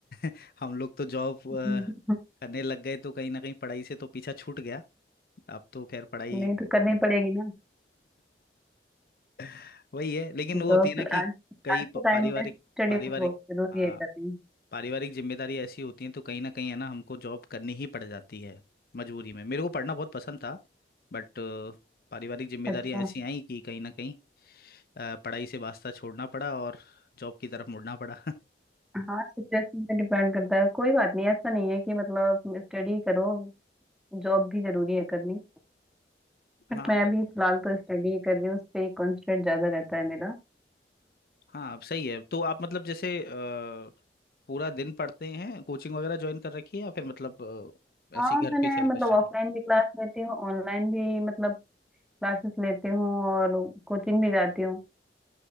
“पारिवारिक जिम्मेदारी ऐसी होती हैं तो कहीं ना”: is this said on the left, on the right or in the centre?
Left